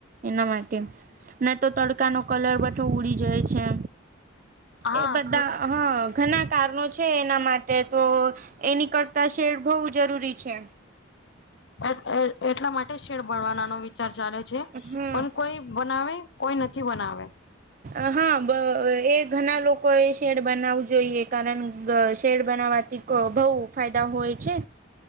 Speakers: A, on the right; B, on the left.
A: એના માટે ન તો તડકાનો કલર બઠો ઉડી જાય છે
B: હા
A: એ બધા હહ ઘના કારનો છે એના માટે તો એની કરતાં શેડ બહુ જરૂરી છે.
B: એટ એટલા માટે શેડ બનવાનાનો વિચાર ચાલે છે
A: હમ
B: પણ કોઈ બનાવે? કોઈ નથી બનાવે.
A: અ હહ બ એ ઘના લોકોએ શેડ બનાવું જોઈએ કારન ગ શેડ બનાવાથી. ક બહુ ફાયદા હોય છે.